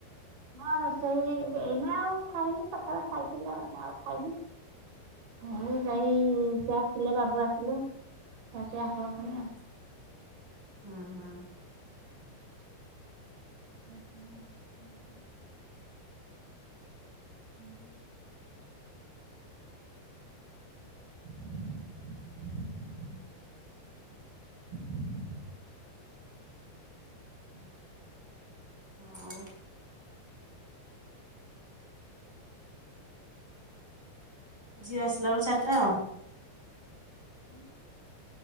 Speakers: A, on the right (about 65°); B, in the centre.
A: ହଁ ରୋଷେଇ ଏଇନା ଆଉ ଖାଇନି, ସକାଳେ ଖାଇଥିଲେ ଏ ଆଉ ଖାଇନି। ହାଇ ଭାଇ ତୁ ଆସିଲେ ବାବୁ ଆସିଲୁ। ଖିଆ ପିଆ ହେବା <unintelligible>
B: ହୁଁ ହୁଁ।
A: ସେ <inaudible> ହୁଁ <inaudible> <inaudible> <inaudible> ହ
B: ଆଉ ଝିଅ ଆସିଲା ବେଳୁ ଚାରିଟା
A: ହୁଁ।